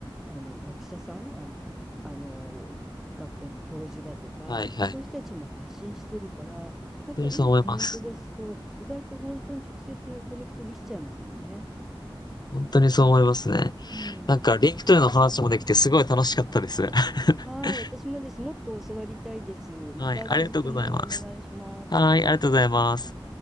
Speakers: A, in the centre; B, on the left (about 50°).
A: あの学者さんあの、はあの、学あの教授だとかそういう人たちも発信してるから、
B: はい、はい、本
A: なんかいいコメント出すと、
B: 当にそう思います。
A: 意外と本当に直接コネクトできちゃいますもんね。
B: 本当にそう思いますね。
A: うん。
B: なんか、リンクトイの話もできてすごい楽しかったです。<laughs>
A: はい、私もです。もっと教わりたいです。また続きもお願いします。
B: はい、ありがとうございます。はい、ありがとうございます。